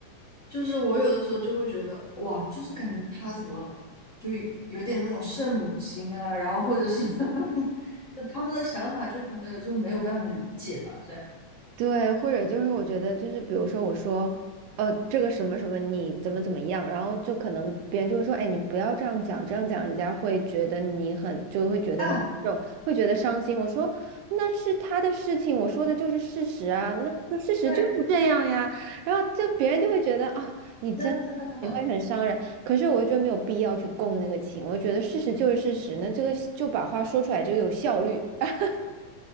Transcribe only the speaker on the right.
对，或者就是我觉得就是比如说我说，呃，这个什么什么你怎么怎么样，然后就可能别人就会说，哎，你不要这样讲，这样讲人家会觉得你很，就会觉得你就会觉得伤心。
我说那是他的事情，我说的就是事实啊，那就事实就是这样呀。
然后就别人就会觉得啊、你真你会很伤人，
可是我觉得没有必要去共那个情，我觉得事实就是事实，那这个就把话说出来就有效率。<laughs>